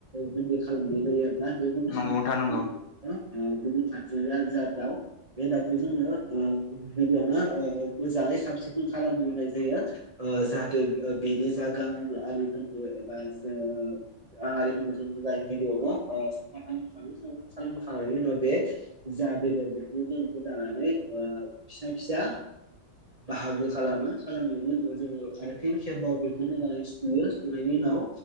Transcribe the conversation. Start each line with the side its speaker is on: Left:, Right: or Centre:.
Right: बुन्दि खालामनाय जायो आरोना। <unintelligible> गुबुन
Left: नंगौ नोंथां नंगौ
Right: सानसेया जा दाउ बे दाउ खौ जोङो गिबियावनो मोजाङै साब सिखोन खालामग्रोनाय जायो जाहाथे बेनि जा गां आरिफोरखौ एबा जो आं आरारिफोरखौ जोंथ' जायैखाय बियावन' साफा खालाम खायो <unintelligible> बेनि उनाव बे जा बेदर बेखौ जों इसे गोदानानै फिसा फिसा बाहागो खालामो खालामनायनि उनाव जोङो आरो फिन खेब्बाव बेखौ मोजाङै सुयो सुनायनि उनाव